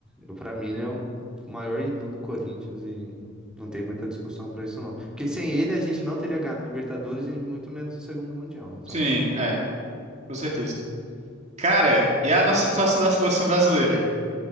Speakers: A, in the centre; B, on the right.
A: Eu, pra mim, ele é o maior ídolo do Corinthians e não tem muita discussão pra isso, não. Porque sem ele a gente não teria ganhado Libertadores e muito menos o segundo Mundial. Então.
B: sim, é, com certeza. Cara, e a nossa situação da seleção brasileira?